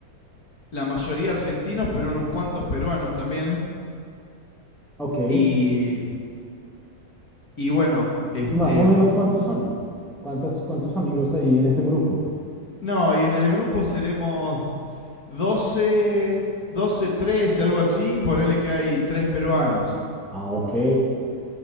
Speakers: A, on the left; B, in the centre.
A: la mayoría argentinos, pero unos cuantos peruanos también.
B: ok.
A: Y, y bueno, este.
B: Más o menos
A: mm,
B: cuántos son? ¿Cuántos, cuántos amigos ahí en ese grupo?
A: No, y en el grupo seremos doce doce 13 algo así. Ponele que hay tres peruanos.
B: Ah, ok.